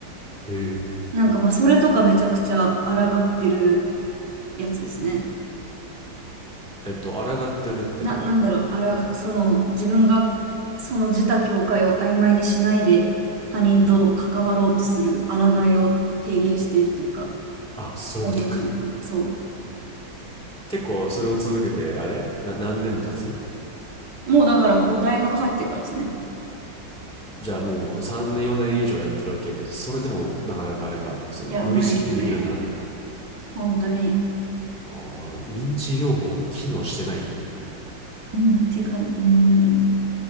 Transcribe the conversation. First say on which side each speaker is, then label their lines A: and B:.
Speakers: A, in the centre; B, on the right (about 70°).
A: へえ。
B: なんかまあそれとかめちゃくちゃ抗ってるやつですね。
A: えっと、抗ってるっていうのはだから、
B: な、なんだろう、あら、その自分がその自他境界を曖昧にしないで他人と関わろうとする抗いを提言しているというか。
A: うん。あ、そういうことか。
B: 再現しているというか、そ
A: 結構それを続けて、あれな、何年も経つ
B: う。もうだからこう、大学入ってからですね。
A: じゃあもう3年、4年以上やってるわけやけど、それでもなかなかあれか、その無意識でできるようにならないか。
B: いや、無理ですね。本当に。
A: ああ、認知療法が機能してないっていう。
B: うん、っていうか、うん。